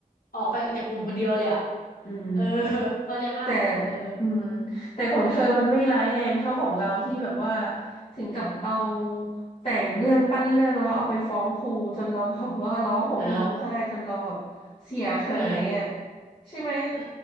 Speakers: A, on the left; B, on the left.
A: ออกไปจากกลุ่มคนเดียวเลยอ่ะ
B: อืม
A: เออเข้าใจป่ะเออ
B: แต่อืมแต่ของเธอมันไม่ร้ายแรงเท่าของเราที่แบบว่าถึงกับเอา
A: อืม
B: แต่งเรื่องปั้นเรื่องแล้วเอาไปฟ้องครูจนเราแบบว่าร้องห่มร้องไห้จนเราแบบ
A: เออ
B: เสียหายอ่ะ
A: เออ
B: ใช่ไหม
A: เออ